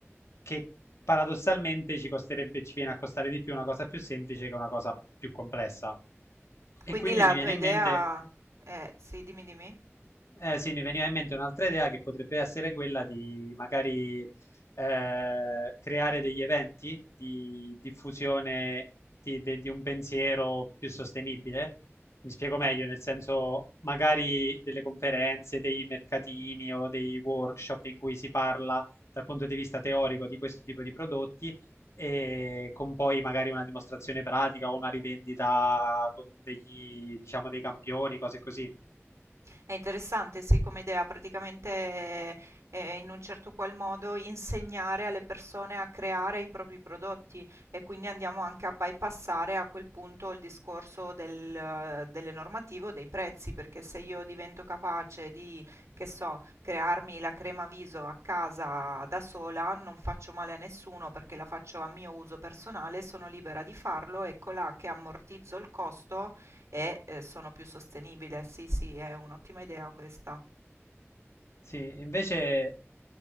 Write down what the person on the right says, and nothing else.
Quindi
la
tua
idea
è, sì, dimmi, dimmi.
È interessante, sì, come idea, praticamente eh, eh, in un certo qual modo insegnare alle persone a creare i propri prodotti e quindi andiamo anche a bypassare a quel punto il discorso del, eh, delle normative o dei prezzi, perché se io divento capace di, che so, crearmi la crema viso a casa da sola, non faccio male a nessuno perché la faccio a mio uso personale, sono libera di farlo, eccola che ammortizzo il costo e eh, sono più sostenibile. Sì, sì, è un'ottima idea questa.